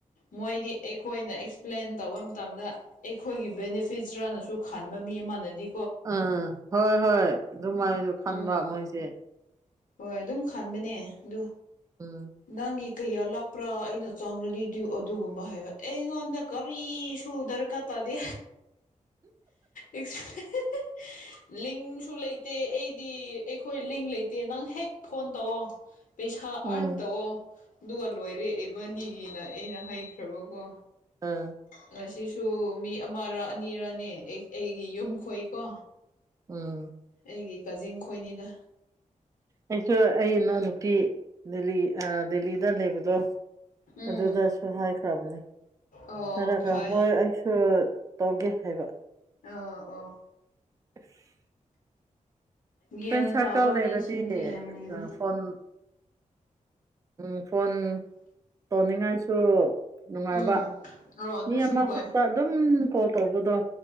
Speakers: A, on the left (about 85°); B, on the right (about 25°).
A: ꯃꯣꯏꯗꯤ ꯑꯩꯈꯣꯏꯅ ꯑꯦꯛꯁꯄ꯭ꯂꯦꯟ ꯇꯧꯕ ꯃꯇꯝꯗ ꯑꯩꯈꯣꯏꯒꯤ ꯕꯦꯅꯤꯐꯤꯠꯁꯔꯅꯁꯨ ꯈꯟꯕ ꯃꯤ ꯑꯃꯅꯗꯤ
B: ꯑꯥ ꯍꯣꯏ ꯍꯣꯏ ꯗꯨꯃꯥꯏꯖꯨ ꯈꯟꯕ
A: ꯎꯝ
B: ꯃꯣꯏꯁꯦ
A: ꯍꯣꯏ ꯑꯗꯨꯝ ꯈꯟꯕꯅꯦ ꯑꯗꯨ
B: ꯎꯝ
A: ꯅꯪꯒꯤ ꯀꯩꯌꯥ ꯂꯥꯛ ꯄ꯭ꯔꯥ ꯑꯩꯅ ꯆꯪꯔꯗꯤ ꯗ꯭ꯌꯨ ꯑꯗꯨꯒꯨꯝꯕ ꯍꯥꯏꯕ ꯑꯩꯉꯣꯟꯗ ꯀꯔꯤꯁꯨ ꯗꯔꯀꯥꯔ ꯇꯥꯗꯦ ꯑꯦꯛꯁꯄ꯭ꯂꯦ ꯂꯤꯡꯁꯨ ꯂꯩꯇꯦ ꯑꯩꯗꯤ ꯑꯩꯈꯣꯏ ꯂꯤꯡ ꯂꯩꯇꯦ ꯅꯪ ꯍꯦꯛ ꯐꯣꯟ ꯇꯧꯑꯣ ꯄꯩꯁꯥ ꯑꯥꯔꯟ
B: ꯎꯝ
A: ꯇꯧꯑꯣ ꯗꯨꯒ ꯂꯣꯏꯔꯦ ꯏꯕꯅꯤꯒꯤꯅ ꯑꯩꯅ ꯍꯩꯈ꯭ꯔꯕꯀꯣ
B: ꯑꯥ
A: ꯉꯁꯤꯁꯨ ꯃꯤ ꯑꯃꯔ ꯑꯅꯤꯔꯅꯦ ꯑꯩ ꯑꯩꯒꯤ ꯌꯨꯝ ꯈꯣꯏꯀꯣ
B: ꯎꯝ
A: ꯑꯩꯒꯤ ꯀꯖꯤꯟ ꯈꯣꯏꯅꯤꯗ
B: ꯑꯩꯁꯨ ꯑꯩ ꯏꯅꯥꯎ ꯅꯨꯄꯤ ꯗꯦꯜꯂꯤ ꯑꯥ ꯗꯦꯜꯂꯤꯗ ꯂꯩꯕꯗꯣ
A: ꯎꯝ
B: ꯑꯗꯨꯗꯁꯨ ꯍꯥꯏꯈ꯭ꯔꯕꯅꯦ
A: ꯑꯣ
B: ꯍꯥꯏꯔꯒ
A: ꯐꯩ
B: ꯍꯣꯏ ꯑꯩꯁ ꯁꯨ ꯇꯣꯒꯦ ꯍꯥꯏꯕ
A: ꯑꯑꯣ ꯑꯣ
B: <unintelligible>
A: ꯒ꯭ꯌꯥꯟ
B: ꯐ꯭ꯔꯦꯟ ꯁꯥꯔꯀꯜ
A: ꯇꯥꯕ
B: ꯂꯩꯔꯗꯤ
A: ꯃꯤꯁꯤꯡꯖꯦ ꯌꯥꯝ ꯂꯩꯕꯅꯤ
B: ꯐꯣꯟ ꯎꯝ ꯐꯣꯟ ꯇꯣꯅꯤꯉꯥꯏꯁꯨ ꯅꯨꯉꯥꯏꯕ
A: ꯎꯝ ꯑꯣ ꯑꯗꯨꯁꯨ
B: ꯃꯤ ꯑꯃꯈꯛꯇ
A: ꯍꯣꯏ
B: ꯑꯗꯨꯝ ꯀꯣꯜ ꯇꯧꯕꯗꯣ